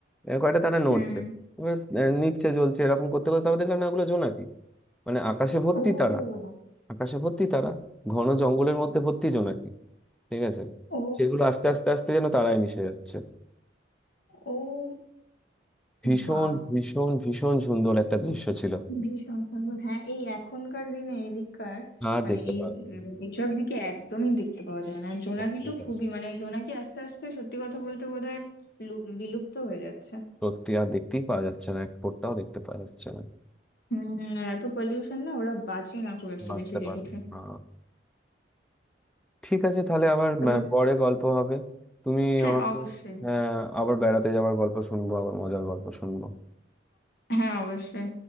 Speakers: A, in the centre; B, on the left.
A: আহ, কয়টা তারা নড়ছে
B: হুম হুম।
A: এবার, আহ, নিচে জ্বলছে এরকম করতে করতে তারপর দেখলাম না ওগুলো জোনাকি মানে আকাশে ভর্তি
B: ও
A: তারা আকাশে ভর্তি তারা ঘন জঙ্গলের মধ্যে ভর্তি জোনাকি ঠিক আছে
B: ও
A: সেগুলো আস্তে আস্তে আস্তে যেন তারায় মিশে যাচ্ছে
B: ও
A: ভীষণ
B: বাহ
A: ভীষণ ভীষণ সুন্দর একটা দৃশ্য ছিল
B: ভীষণ সুন্দর হ্যাঁ এই এখনকার দিনে এদিককার
A: আর
B: মানে
A: দেখতে
B: এই
A: পাওয়া যায়
B: উম,
A: না
B: এইসব দিকে একদমই দেখতে পাওয়া যায় না আর জোনাকি
A: সত্যি
B: তো
A: তাই।
B: খুবই মানে জোনাকি আস্তে আস্তে সত্যি কথা বলতে বোধহয় লু- বিলুপ্ত হয়ে যাচ্ছে
A: সত্যি আর দেখতেই পাওয়া যাচ্ছে না এক ফোঁটাও দেখতে পাওয়া যাচ্ছে না
B: হম আর এত পলিউশন না ওরা বাঁচে না খুব একটা
A: বাঁচতে
B: বেশি দেখেছে
A: পারে না ঠিক আছে তাহলে আবার
B: তবে
A: আহ, পরে গল্প হবে তুমি
B: হ্যাঁ
A: আমাকে
B: অবশ্যই
A: আহ, আবার বেড়াতে যাওয়ার গল্প শুনবো আবার মজার গল্প শুনবো
B: হ্যাঁ অবশ্যই